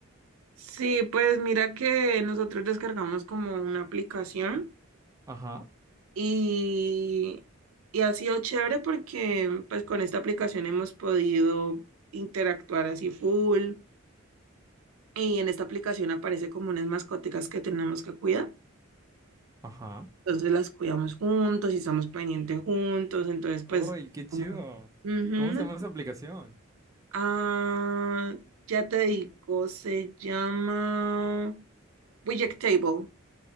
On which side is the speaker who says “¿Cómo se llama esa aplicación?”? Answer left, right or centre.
Right